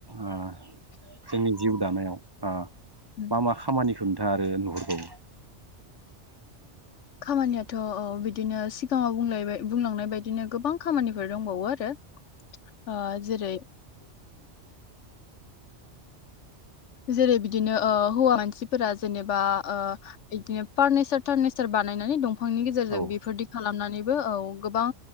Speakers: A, on the right; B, on the left.
A: आह जोंनि जिउ जानायाव आ
B: उम
A: मा मा खामानि नोंथाङा आरो नुहरबावो।
B: खामानियाथ' बिदिनो सिगाङाव बुंलायबाय बुंलांनाय बायदिनो गोबां खामानिफोर दंबावो आरो। ओ जेरै जेरै बिदिनो ओ हौवा मानसिफोरा जेनेबा ओ इदिनो फार्निचार थारनिचार बानायनानै दं फांनि गेजेरजों
A: औ
B: बेफोरदि खालामनानै बो औ गोबां